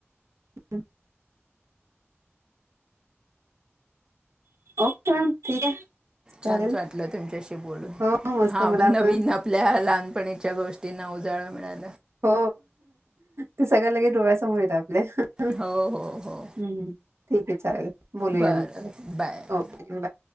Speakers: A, on the right; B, on the right.
A: ह ओके मॅम ठीक आहे चालेल
B: छानच वाटलं तुमच्याशी बोलून
A: हो मस्त
B: हा
A: मला
B: नवीन
A: पण
B: आपल्या लहानपणीच्या गोष्टींना उजाळा मिळाला
A: हो ते सगळं लगेच डोळ्यासमोर येत आपल्या हुं
B: हो हो हो
A: हुं ठीक आहे. चालेल बोलूया
B: बरं
A: नंतर आपण.
B: Bye
A: okay bye